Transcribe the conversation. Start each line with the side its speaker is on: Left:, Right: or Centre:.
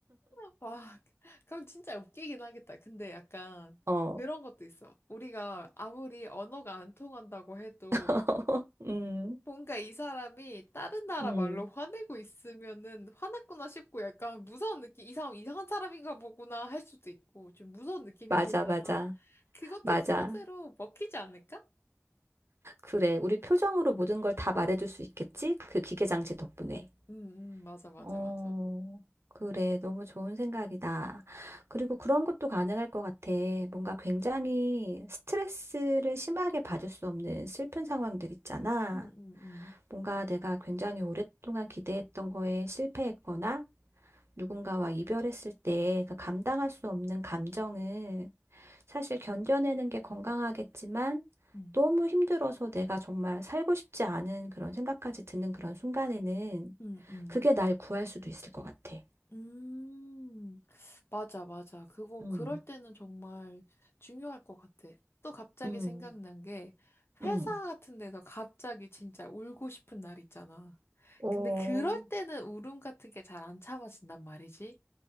Left: 와, <laughs> 그럼 진짜 웃기긴 하겠다. 근데 약간
Right: 어,
Left: 그런 것도 있어. 우리가 아무리 언어가 안 통한다고 해도
Right: <laughs> 음,
Left: 뭔가 이 사람이 다른 나라
Right: 음,
Left: 말로 화내고 있으면은 화났구나 싶고 약간 무서운 느낌, 이 사람 이상한 사람인가 보구나 할 수도 있고 좀 무서운 느낌이
Right: 맞아,
Left: 들잖아.
Right: 맞아,
Left: 그것도
Right: 맞아.
Left: 그것대로 먹히지 않을까?
Right: 그래, 우리 표정으로 모든 걸 다 말해줄 수 있겠지? 그 기계 장치 덕분에.
Left: 응, 응, 맞아, 맞아,
Right: 어,
Left: 맞아.
Right: 그래. 너무 좋은 생각이다. 그리고 그런 것도 가능할 것 같아. 뭔가 굉장히 스트레스를 심하게 받을 수 없는 슬픈 상황들 있잖아.
Left: 응, 응, 응.
Right: 뭔가 내가 굉장히 오랫동안 기대했던 거에 실패했거나 누군가와 이별했을 때 그 감당할 수 없는 감정을 사실 견뎌내는 게 건강하겠지만
Left: 응,
Right: 너무 힘들어서 내가 정말 살고 싶지 않은 그런 생각까지 드는 그런 순간에는
Left: 응, 응.
Right: 그게 날 구할 수도 있을 것 같아.
Left: 음, 맞아, 맞아. 그거,
Right: 음,
Left: 그럴 때는 정말 중요할 것 같아. 또 갑자기
Right: 음,
Left: 생각난 게,
Right: 음.
Left: 회사 같은 데서 갑자기 진짜 울고 싶은 날 있잖아.
Right: 오,
Left: 근데 그럴 때는 울음 같은 게 잘 안 참아진단 말이지.